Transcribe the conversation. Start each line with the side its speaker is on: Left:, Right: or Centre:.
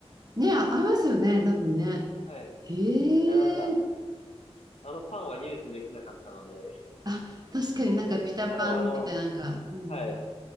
Right: ね、あ、ありますよね、多分ね。
Left: はい。
Right: へえ、
Left: いや、なんか、あのパンは入手できなかったので、
Right: あ、確かになんかピタパンみたいな、
Left: まあでもあの、
Right: なんか、うん、
Left: はい。ま